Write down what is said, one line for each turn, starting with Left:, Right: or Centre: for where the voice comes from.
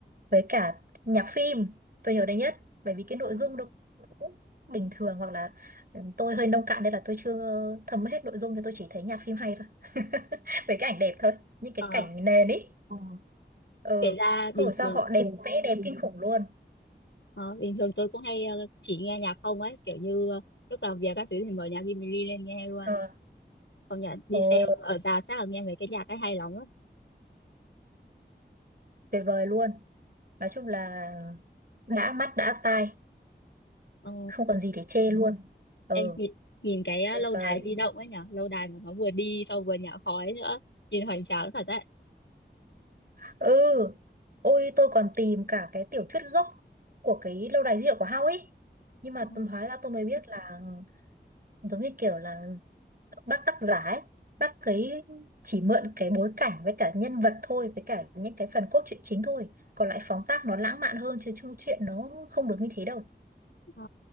Right: với cả nhạc phim tôi nhớ đấy nhất bởi vì cái nội
Left: ờ,
Right: dung nó cũng bình thường hoặc là ừ, tôi hơi nông cạn nên là tôi chưa thấm hết nội dung nhưng tôi chỉ thấy nhạc phim hay thôi <laughs> với cái ảnh đẹp thôi những cái
Left: ờ,
Right: cảnh nền ý ờ
Left: kể ra
Right: không
Left: bình
Right: hiểu sao
Left: thường
Right: họ đẹp vẽ dáng đẹp kinh khủng luôn
Left: Ờ, bình thường tôi cũng hay ờ, chỉ nghe nhạc không ấy kiểu như ờ, lúc làm việc các thứ thì mở nhạc Jimmy lên nghe luôn
Right: ờ
Left: không nhận đi
Right: ồ
Left: xem ở già chắc là nghe mấy cái nhạc ấy hay lắm á
Right: tuyệt vời luôn nói chung là đã mắt đã tai
Left: ờ,
Right: không còn gì để chê luôn ờ
Left: em nhìn, nhìn cái ờ,
Right: tuyệt
Left: lâu
Right: vời
Left: đài di động ấy nhở lâu đài mà nó vừa đi sau vừa nhả khói nữa nhìn hoành tráng thật đấy
Right: ừ. ừ ôi tôi còn tìm cả cái tiểu thuyết gốc của cái lâu đài di động của Hao ấy nhưng mà
Left: ờ,
Right: tôi hóa ra tôi mới biết là giống như kiểu là bác tác giả ấy bác ấy chỉ mượn cái bối cảnh với cả nhân vật thôi với cả những cái phần cốt truyện chính thôi còn lại phóng tác nó lãng mạn hơn chứ chung chuyện nó không được như thế đâu
Left: ờ,